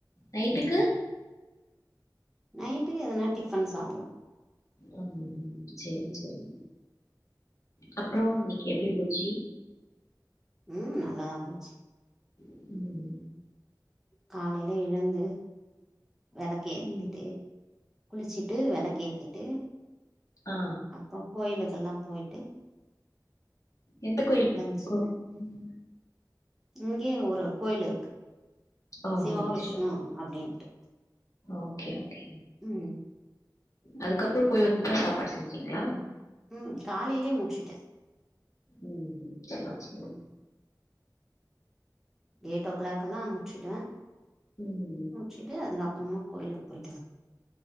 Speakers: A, on the left (about 45°); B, in the centre.
A: நைட்டுக்கு
B: ம் நைட்டுக்கு எதனா டிஃபன் சாப்புடுவோ
A: ஆ செரி
B: ம்
A: செரி அப்பற இன்னிக்கு எப்டி போச்சு
B: ம் நல்லாதா போச்சு
A: ம்
B: காலையில எழுந்து வெளக்கு ஏத்திட்டு
A: ம்.
B: குளிச்சுட்டு வெளக்கு ஏத்திட்டு
A: ஆ.
B: அப்பற கோயிலுக்கெல்லா போயிட்டு
A: எந்த கோயில்
B: லன்ச்
A: கோவில்? ம்.
B: இங்கயே ஒரு கோயில் இருக்கு
A: ஓஹோ!
B: சிவா விஷ்ணு
A: சரி.
B: அப்டின்ட்டு
A: ஓகே ஓகே
B: ம்
A: அதுக்கப்பற போய் வந்துதா சாப்பாடு செஞ்சீங்களா
B: ம் காலையிலே முடுச்சுட்ட
A: உம் உம் சேரி சேரி
B: எயிட் ஓ கிளாக் எல்லா அனுப்பிச்சிட்ட
A: ம்
B: முடிச்சிட்டு அதுக்கப்பறமா கோயிலுக்கு போயிட்டு